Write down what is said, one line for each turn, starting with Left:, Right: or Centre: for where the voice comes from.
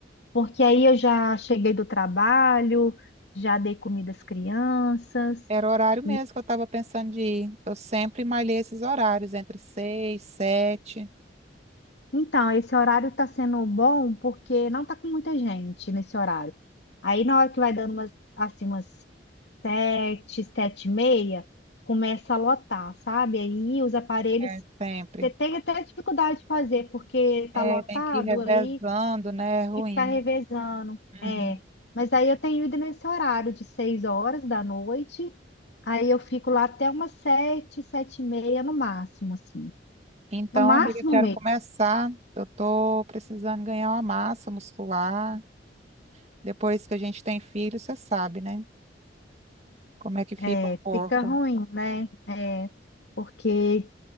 Left: Porque aí eu já cheguei do trabalho, já dei comida às crianças.
Right: Era o horário mesmo
Left: e
Right: que eu tava pensando de ir. Eu sempre malhei esses horários, entre seis, sete.
Left: Então, esse horário está sendo bom porque não está com muita gente nesse horário. Aí, na hora que vai dando umas, assim, umas sete, sete e meia, começa a lotar, sabe? Aí os aparelhos,
Right: É, sempre.
Left: você tem até dificuldade de fazer, porque
Right: É,
Left: tá lotado,
Right: tem que ir revezando,
Left: aí
Right: né? É ruim.
Left: tem que ficar revezando.
Right: Uhum.
Left: É, mas aí eu tenho ido nesse horário de seis horas da noite, aí eu fico lá até umas sete, sete e meia no máximo, assim.
Right: Então,
Left: No máximo
Right: amiga, eu quero começar. Eu tô precisando ganhar uma massa muscular. Depois que a gente tem filho, você sabe, né? Como é que
Left: É,
Right: fica o corpo.
Left: fica ruim, né? É, porque